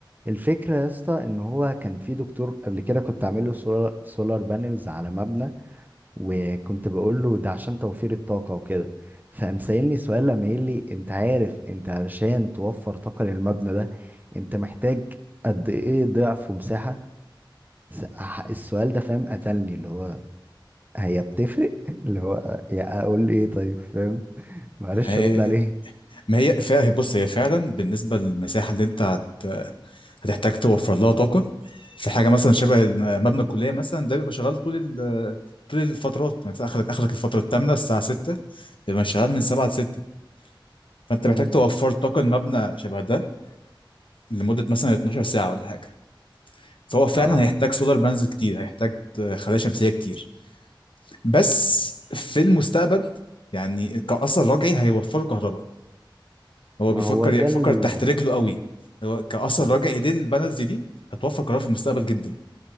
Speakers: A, on the right (about 20°); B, on the left (about 80°).
A: الفكرة يا اسطى ان هو كان في دكتور قبل كده كنت عامل له سولار, سولار بانلز على مبنى وكنت بقول له ده عشان توفير الطاقة وكده فقام سألني سؤال لما قال لي انت عارف انت علشان توفر طاقة للمبنى ده انت محتاج قد ايه ضعف ومساحة س- ح- السؤال ده فاهم قتلني اللي هو هي بتفرق <laughs> اللي هو يا اقول ايه طيب فاهم معرفش
B: ما هي
A: ارد عليه
B: ما هي فا... بص هي فعلا بالنسبة للمساحة اللي انت هت... هتحتاج توفر لها طاقة في حاجة مثلا شبه الم- مبنى الكلية مثلا ده بيبقى شغال طول ال... طول الفترات يعني مثلا اخرك اخرك الفترة الثامنة الساعة 6 بيبقى شغال من 7 ل 6 فانت
A: مم.
B: محتاج توفر طاقة المبنى شبه ده لمدة مثلا 12 ساعة ولا حاجة فهو فعلا
A: اه
B: هيحتاج سولار بانز كتير هيحتاج خلايا شمسية كتير بس في المستقبل يعني كأثر رجعي هيوفروا كهرباء هو
A: ما
B: بيفكر
A: هو ده
B: يعني بيفكر
A: ال...
B: تحت رجله قوي هو كأثر
A: ما
B: رجعي ليه البنالتي دي هتوفر قرار في المستقبل جدا